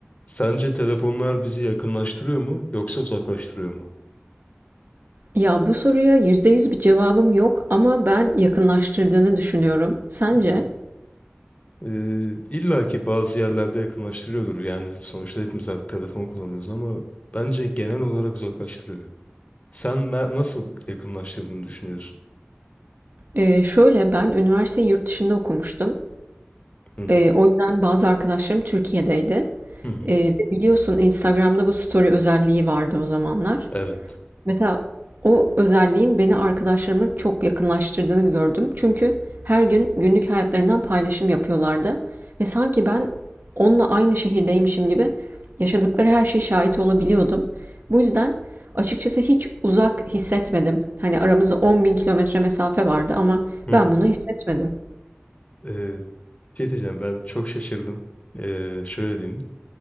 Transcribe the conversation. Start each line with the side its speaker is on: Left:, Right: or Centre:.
Left: Sence telefonlar bizi yakınlaştırıyor mu yoksa uzaklaştırıyor mu?
Right: Ya bu soruya %100 bir cevabım yok ama ben yakınlaştırdığını düşünüyorum. Sence?
Left: Hı hı. Ee, İlla ki bazı yerlerde yakınlaştırıyordur. Yani sonuçta hepimiz artık telefon kullanıyoruz ama bence genel olarak uzaklaştırıyor. Sen na- nasıl yakınlaştırdığını düşünüyorsun?
Right: Ee, şöyle ben üniversiteyi yurt dışında okumuştum.
Left: Hı hı.
Right: Ee, o yüzden bazı arkadaşlarım Türkiye'deydi.
Left: Hı hı.
Right: Ee, ve biliyorsun Instagram'da bu story özelliği vardı o zamanlar.
Left: Evet.
Right: Mesela o özelliğin beni arkadaşlarıma çok yakınlaştırdığını gördüm. Çünkü her gün günlük hayatlarından paylaşım yapıyorlardı ve sanki ben onunla aynı şehirdeymişim gibi yaşadıkları her şeye şahit olabiliyordum. Bu yüzden açıkçası hiç uzak hissetmedim. Hani aramızda on bin kilometre mesafe vardı ama
Left: Hı hı.
Right: ben bunu hissetmedim.
Left: Ee, şey diyeceğim ben çok şaşırdım. Ee, şöyle diyeyim.